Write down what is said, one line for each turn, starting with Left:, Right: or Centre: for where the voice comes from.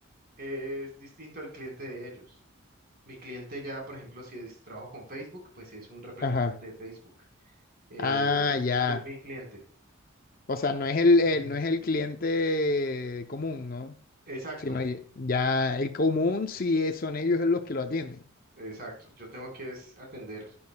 Right: es distinto al cliente de ellos. Mi cliente ya, por ejemplo, si es, trabajo con Facebook, pues es un representante
Left: Ajá.
Right: de Facebook. Eh,
Left: Ah, ya.
Right: ese es mi cliente.
Left: O sea, no es el, el-
Right: <clears throat>
Left: no es el cliente común, ¿no?
Right: Exacto,
Left: Sino ya ya el común sí es- son ellos los que lo atienden.
Right: exacto. Yo tengo que es atender.